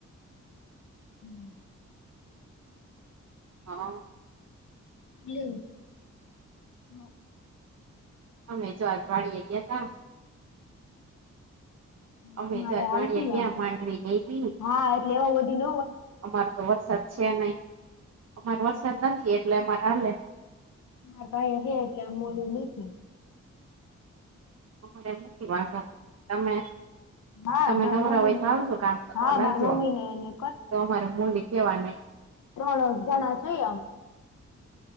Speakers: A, on the left; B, on the right.
A: હમ,
B: હા,
A: બ <unintelligible>
B: અમે જો આજ વાળીએ ગયા તા, અમે
A: તમારે
B: જાજવાળિયા
A: હાલતું લાગે
B: ગયા માંડવી નહ દી
A: હા એટલે એવો બધી ન
B: અમાર તો વસ્ <unintelligible> વરસાદ છે નહીં,
A: હ <unintelligible>
B: અમારે વરસાદ નથી એટલે અમારે હાલે,
A: અરે કઈ હે એટલે આમ મોલું નથી. <unintelligible>
B: અરે એ નથી વાંધો તમે, <unintelligible>
A: હા
B: તમે
A: માર
B: નવરા
A: મમ્મી
B: હોય તો
A: ને
B: આવજો કામ કરવા
A: હા
B: લાગજો.
A: માર મમ્મી ને એને
B: તો અમારે મોલી કેવા નહી,
A: ત્રણેક જણા જઈ આવ,